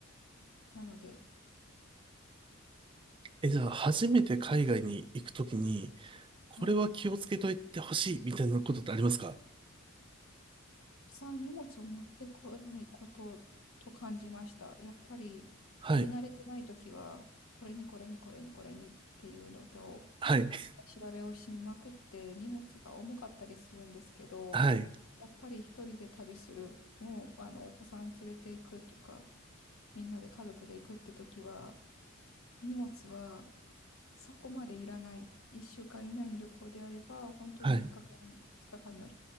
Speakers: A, on the left; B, on the right.
A: なので、
B: え、じゃあ、初めて海外に行くときに、これは気をつけといてほしいみたいなことってありますか
A: はい。さん荷物を持ってこないことと感じました。やっぱり旅慣れてないときは、
B: はい。
A: これにこれにこれにこれにっていうのと、
B: はい。<laughs>
A: 下調べをしまくって荷物が重かったりするんですけど、
B: はい。
A: やっぱり一人で旅する、もうあのお子さん連れて行くとか、みんなで家族で行くって時は、荷物はそこまでいらない。1週間以内の旅行であれば、本当に3日間、
B: はい。
A: 2日間の